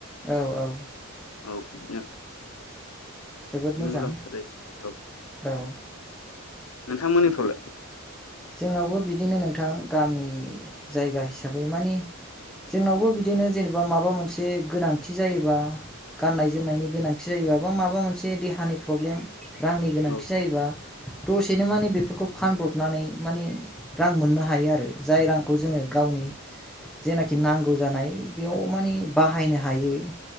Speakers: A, in the centre; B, on the left.
A: औ औ
B: औ बेदिनो
A: जोबोद
B: बिदि
A: मोजां
B: मुलाम्फा जायो औ
A: औ
B: नोंथांमोननिफ्रावलाइ
A: जोंनावबो बिदिनो नोंथां गामि जायगा हिसाबै मानि जोंनावबो बिदिनो जेन'बा माबा मोनसे गोनांथि जायोबा गाननाय जोमनायनि
B: औ
A: गोनांथि जायोबा बा माबा मोनसे देहानि प्रब्लेम रांनि गोनांथि
B: औ
A: जायोबा
B: औ
A: दसेनो माने बेफोरखौ फानब्रबनानै मानि रां मोननो हायो आरो जाय रांखौ जोंङो गावनि जेनाखि नांगौ जानाय बेयाव माने बाहायनो हायो